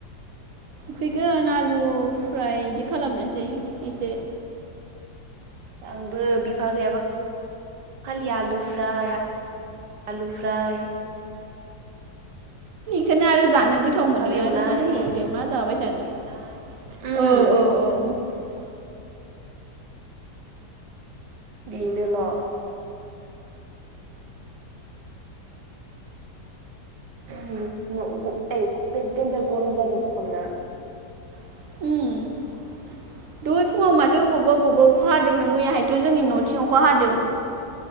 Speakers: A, on the right; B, on the right.
A: उखैगोन आलु फ्राय इदि खालामनोसै एसे
B: आंबो बिफा गैयाबा <unintelligible> खालि आलु फ्राय <unintelligible> आलु फ्राय
A: बेखायनो आरो जानो गोथाव
B: ओंखाम
A: मोनो
B: एवनाय
A: आरो मा दंबावो दे मा जाबाय थानो? औ औ
B: उम
A: औ
B: बेनो ल' <unintelligible> देनजार गरम जादों थखना
A: <unintelligible> फुङाव माथो बबावबा बबावबा अखा हादोंनों मैयाहायथ' जोंनि न'थिं अखा हादों